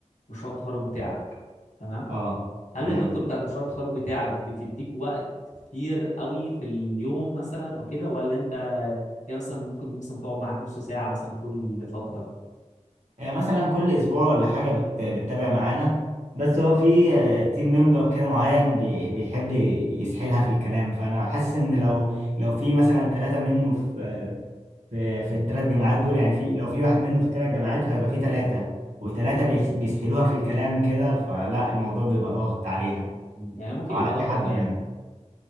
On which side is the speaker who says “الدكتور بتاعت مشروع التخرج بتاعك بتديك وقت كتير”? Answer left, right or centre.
Left